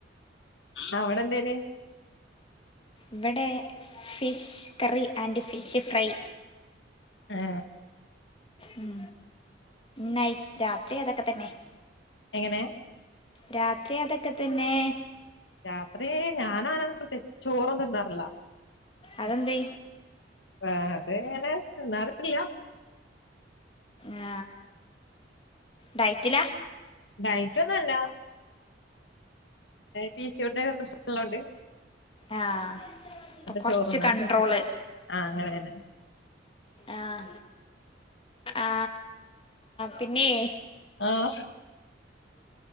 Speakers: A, on the left; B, on the left.
A: ആ അവടെന്തേനി
B: ഇവടെ fish curry and fish fry
A: ഹേ
B: ഉും നൈറ്റ- രാത്രി അതൊക്കെ തന്നെ
A: എങ്ങനെ
B: രാത്രി അതക്കെ തന്നെ
A: രാത്രി ഞാനങ്ങനെ പ്രത്യച് ചോറൊന്നും തിന്നാറില്ല
B: അതെന്തേ
A: ആ അതങ്ങനേ തിന്നാതകില്ല
B: ആ ഡയറ്റില
A: ഡൈറ്റോന്നല്ല പി സി ഓ ടിന്റെ പ്രശ്നം ഉള്ളോണ്ട്
B: ആ അപ്പ കൊർച്ച്
A: ചോറുന്നാണ്
B: കണ്ട്രോള്
A: ആ അങ്ങനെ തന്നെ
B: ആഹ ആ പിന്നെ
A: ആഹ്